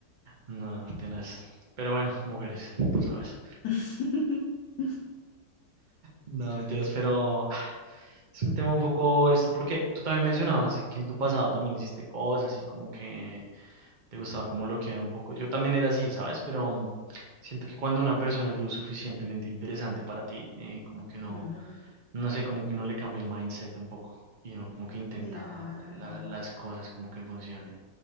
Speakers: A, on the right; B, on the left.
A: No, no, tenaz. Pero bueno, mujeres, tú sabes.
B: <laughs>
A: No, mentiras, pero ah, es un tema un poco esto porque tú también mencionabas que en tu pasado también hiciste cosas y como que te gustaba como bloquear un poco. Yo también era así, ¿sabes? Pero mm, siento que cuando una persona es lo suficientemente interesante para ti, eh, como que uno
B: Ujú,
A: no sé, como que uno le cambia el mindset un poco y uno como que intenta
B: Claro.
A: la- las cosas como que funcionen.